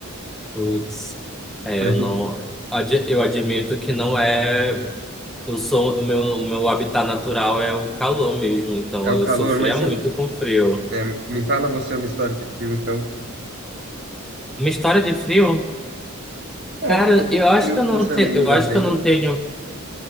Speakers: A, in the centre; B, on the right.
A: Putz. É,
B: Mas
A: eu não. ad- Eu admito que não é. Eu sou, o meu, o meu habitat natural é o calor mesmo, então
B: É o
A: eu
B: calor,
A: sofria
B: mas você
A: muito
B: não.
A: com frio.
B: é, me fala você uma história de frio, então.
A: Uma história de frio?
B: É,
A: Cara,
B: algum
A: eu acho
B: frio
A: que eu
B: que
A: não,
B: você
A: te,
B: lembra
A: eu acho
B: bem.
A: que eu não tenho